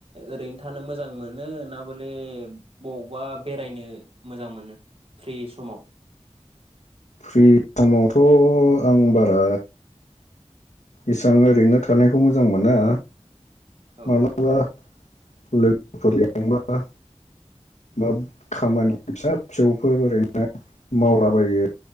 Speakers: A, on the right; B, on the left.
A: ओरैनो थानो मोजां मोनो ना माने बबावबा बेरायनो मोजां मोनो? फ्रि समाव
B: हिद समावथ आं बारा एसां ओरैनो थानायखौ मोजां मोना
A: औ
B: माब्लाबा
A: औ
B: लोगोफोर लेंबा बाब खामानि फिसा फिसौफोर ओरैनो ना मावलाबायो